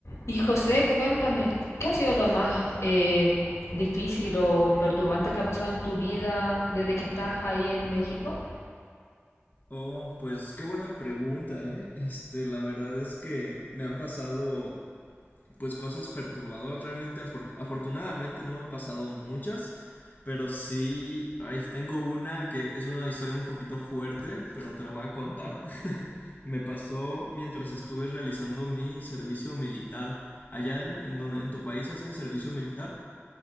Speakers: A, on the left; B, on the left.
A: Y José, cuéntame, ¿qué ha sido lo más eh, difícil o perturbante que ha pasado en tu vida desde que estás ahí en México?
B: Oh, pues qué buena pregunta, ¿eh? Este, la verdad es que me han pasado, pues, cosas perturbadoras. Realmente, afor- afortunadamente no me han pasado muchas, pero sí, ahí tengo una que es una historia un poquito fuerte, pero te la voy a contar. <laughs> Me pasó mientras estuve realizando mi servicio militar. Allá en, en donde, en tu país hacen servicio militar.